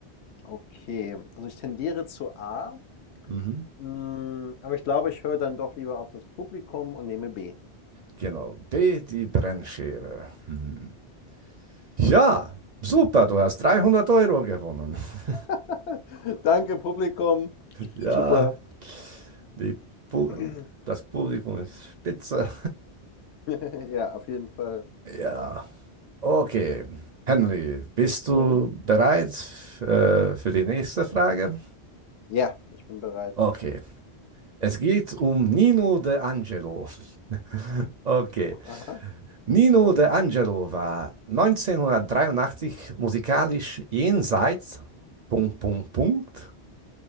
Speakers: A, on the left; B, on the right.
A: Okay. Also ich tendiere zu A,
B: Mhm.
A: mm, aber ich glaube, ich höre dann doch lieber auf das Publikum und nehme B.
B: Genau, B, die Brennschere. Mhm. Ja, super, du hast 300 Euro gewonnen. <laughs>
A: <laughs> Danke, Publikum.
B: Ja,
A: Super.
B: die Pu
A: <clears throat>
B: das Publikum ist spitze.
A: <laughs> Ja, auf jeden Fall.
B: Ja. Okay, Henry, bist du
A: Mhm.
B: bereit äh, für die nächste Frage?
A: Ja, ich bin bereit.
B: Okay, es geht um Nino De Angelo. <laughs> Okay,
A: Aha,
B: Nino De Angelo war 1983 musikalisch jenseits Punkt, Punkt, Punkt,